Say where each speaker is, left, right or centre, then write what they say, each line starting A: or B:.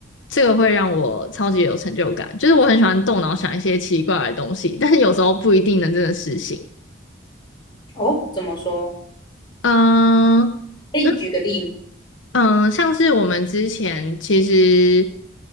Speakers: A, on the left; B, on the left.
A: 这个会让我超级有成就感。就是我很喜欢动脑想一些奇怪的东西，<laughs> 但是有时候不一定能真的实行。
B: 哦，怎么说？
A: 嗯嗯，
B: 可以举个例吗？
A: 嗯，像是我们之前其实